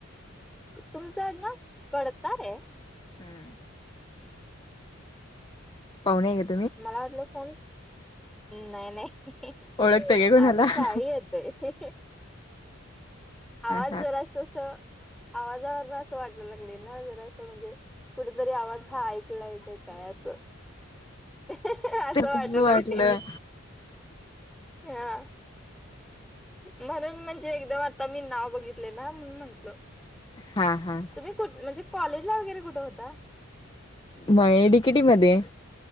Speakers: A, in the centre; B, on the left.
A: तुमच आडनाव गडतारे आहे?
B: हम्. पावणेे येत --
A: मला वाटल फोन नाही -नाही
B: ओळखताय काय कोणाला
A: आम्ही
B: हा
A: साळी येतोय. आवाज
B: हा
A: जरा स असं आवाजावरन असं वाटाय लागलय ना? जरा असं म्हणजे कुठतरी आवाज हा ऐक कलंय का काय असं. असं वाटय
B: तसच
A: लागलय.
B: वाटलं
A: हा म्हणून म्हणजे की दम आता मी नाव बघितले ना म्हणू म्हंटलं.
B: हा हा.
A: तुम्ही कु म्हणजे कॉलेज ला वगैरे कुठ होता?
B: ब ये डी के टी मध्ये.